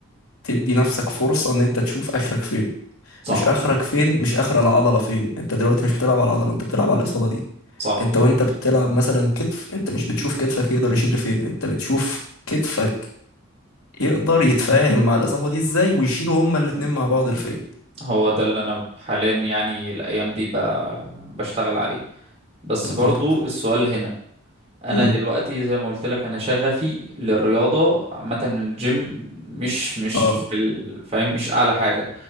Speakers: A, on the left (about 85°); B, on the right (about 30°).
A: تدي نفسك فرصة ان انت تشوف اخرك فين
B: صح
A: مش اخرك فين مش اخر العضله فين انت دلوقتي مش بتلعب على العضله انت بتلعب على الاصابه دي
B: صح
A: انت وانت بتلعب مثلا كتف انت مش بتشوف كتفك يقدر يشيل لفين انت بتشوف كتفك يقدر يتفاهم مع الاصابه دي ازاي ويشيلوا هما الاتنين مع بعض لفين
B: هو ده اللي انا حاليا يعني الايام دي ب... بشتغل عليه بس
A: بالظبط
B: برضو السؤال هنا انا
A: امم
B: دلوقتي زي ما قلت لك انا شغفي للرياضة عامة الجيم مش مش
A: اه
B: في ال... فاهم مش اعلى حاجة